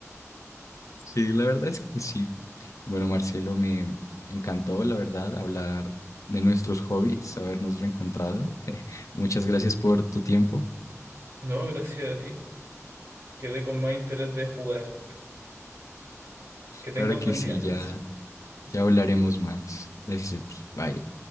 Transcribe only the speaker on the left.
Sí, la verdad es que sí. Bueno, Marcelo, me encantó, la verdad, hablar de nuestros hobbies, habernos reencontrado. <laughs> Muchas gracias por tu tiempo.
Claro que
sí,
ya, ya hablaremos más. Gracias a ti. Bye.